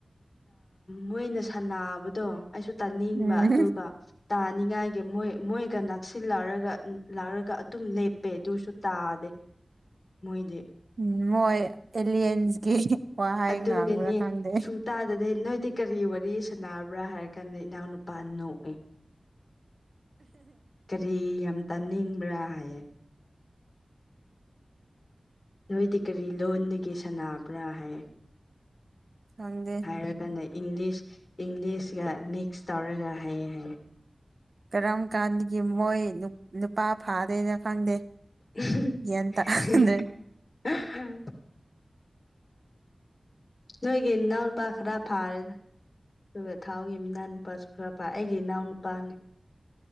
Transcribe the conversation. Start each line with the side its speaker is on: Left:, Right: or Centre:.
Left: ꯃꯣꯏꯅ ꯁꯥꯟꯕꯗꯣ ꯑꯩꯁꯨ ꯇꯥꯅꯤꯡꯕ
Right: ꯎꯝ
Left: ꯑꯗꯨꯒ ꯇꯥꯅꯤꯡꯉꯥꯏꯒꯤ ꯃꯣꯏ ꯃꯣꯏꯒ ꯅꯛꯁꯤꯜꯂꯔꯒ ꯂꯥꯛꯔꯒ ꯑꯗꯨꯝ ꯂꯦꯞꯄꯦ ꯑꯗꯨꯁꯨ ꯇꯥꯗꯦ ꯃꯣꯏꯗꯦ
Right: ꯎꯝ ꯃꯣꯏ ꯑꯦꯂꯤꯌꯟꯁꯀꯤ ꯋꯥꯍꯩ
Left: ꯑꯗꯨꯒꯤꯅꯤ
Right: ꯉꯥꯡꯕ꯭ꯔꯥ ꯈꯪꯗꯦ
Left: ꯁꯨꯡꯇꯥꯗꯗꯤ ꯅꯣꯏꯗꯤ ꯀꯔꯤ ꯋꯥꯔꯤ ꯁꯥꯟꯅꯕ꯭ꯔꯥ ꯍꯥꯏ ꯀꯅꯤ ꯏ ꯑꯣꯅꯨ ꯄꯅꯧꯑ ꯀꯔꯤ ꯌꯥꯝ ꯌꯥꯝ ꯇꯥꯅꯤꯡꯕ꯭ꯔꯥ ꯍꯥꯏꯌꯦ ꯅꯣꯏꯗꯤ ꯀꯔꯤ ꯂꯣꯟꯗꯒꯤꯦ ꯁꯥꯟꯅꯕ꯭ꯔꯥ ꯍꯥꯏ
Right: ꯈꯪꯗꯦ
Left: ꯍꯥꯏꯀ ꯏꯪꯂꯤꯁ ꯏꯪꯂꯤꯁꯒ ꯃꯤꯛꯁ ꯇꯧꯔꯒ ꯍꯩꯌꯦꯦ ꯍꯥꯏꯌꯦ
Right: ꯀꯔꯝ ꯀꯥꯟꯒꯤ ꯃꯣꯏ ꯅꯨꯄꯥ ꯐꯥꯗꯦꯅ ꯈꯪꯗꯦ
Left: <inaudible>
Right: ꯒ꯭ꯌꯥꯟ ꯇꯥꯗ꯭ꯔꯦ
Left: ꯅꯣꯏꯒ ꯏꯅꯥ ꯍꯨ ꯄꯈꯔ ꯐꯥꯔꯦꯗ ꯑꯗꯨꯒ ꯊꯥꯎꯒꯤ ꯏꯅꯥꯎ ꯅꯨꯄꯥ ꯆꯨꯈ꯭ꯔꯄꯥ ꯑꯩꯒꯤ ꯏꯅꯥꯎ ꯅꯨꯄꯥꯅꯤ